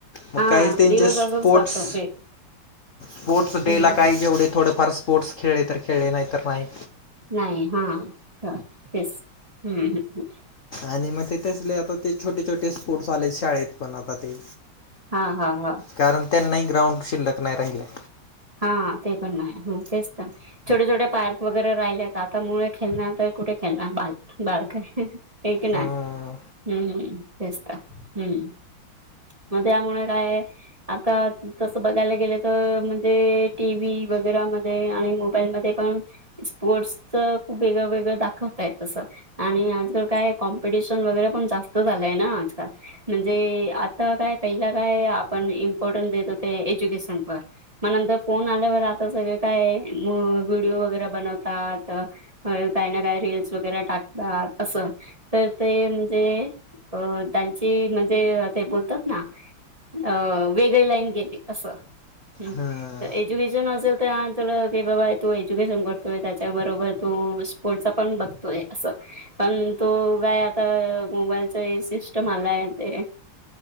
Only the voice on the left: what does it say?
मग
काहीच त्यांचे
स्पोर्ट्स.
स्पोर्ट्स डे
ला काही जेवढे थोडेफार स्पोर्ट्स खेळले, तर खेळले नाही तर नाही.
आणि मग ते तसले आता ते छोटे, छोटे स्पोर्टस् आलेत, शाळेत पण आता ते.
कारण त्यांनाही ग्राउंड शिल्लक नाही राहिलाय.
हम्म
हम्म